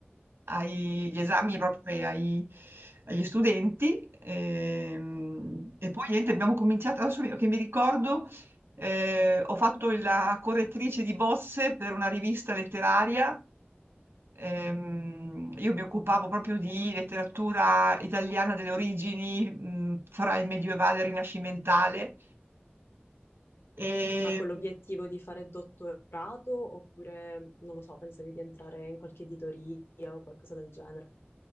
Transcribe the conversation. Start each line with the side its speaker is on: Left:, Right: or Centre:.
Right: ai- gli esami proprio ai- agli studenti, ehm, e, poi niente, abbiamo cominciato, adesso mi- che mi ricordo, eh, ho fatto la correttrice di bozze per una rivista letteraria Ehm, io mi occupavo proprio di letteratura italiana delle origini, mh, fra il medievale e il rinascimentale e
Left: Ma con l'obiettivo di fare dottorato oppure, non lo so, pensavi di entrare in qualche editoria o qualcosa del genere?